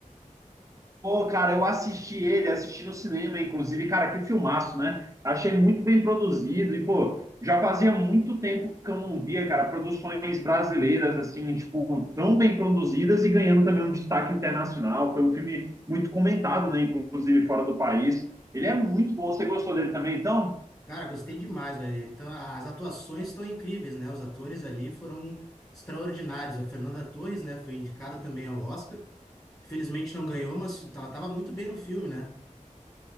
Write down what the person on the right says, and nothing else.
Pô, cara, eu assisti ele, assisti no cinema, inclusive, cara, que filmaço, né? Achei muito bem produzido e, pô, já fazia muito tempo que eu não via, cara, produções brasileiras, assim, tipo, tão bem produzidas e ganhando também um destaque internacional. Foi um filme muito comentado, né? Inclusive fora do país. Ele é muito bom. Você gostou dele também, então?